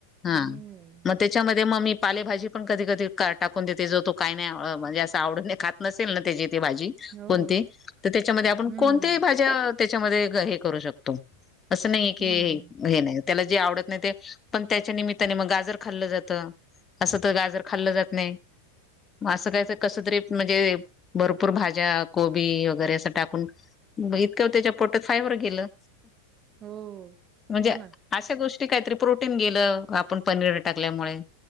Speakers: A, on the left; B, on the right.
A: ह
B: हं.
A: मग त्याच्या मध्ये, ते मग मी पालेभाजी पण कधी कधी टाकून देते जो तो काही नाही म्हणजे असं आवड नाही खात नसेल ना त्याची ती भाजी,
B: हो.
A: कोणती, तर त्याच्यामध्ये आपण
B: हं.
A: कोणत्या भाज्या त्याच्यामध्ये हे करू शकतो. असं नाही की,
B: हं.
A: हे नाही त्याला जे आवडत नाही ते, पण त्याच्या निमित्ताने मग गाजर खाल्लं जातं, असं तर गाजर खाल्लं जात नाही. असं काय कस तरी म्हणजे भरपूर भाज्या कोबी वगैरे असं टाकून, मग इतकं त्याच्या पोटात फायबर गेलं.
B: हो,
A: म्हणजे
B: हो ना.
A: अशा गोष्टी काहीतरी प्रोटीन गेलं आपण पनीर टाकल्यामुळे,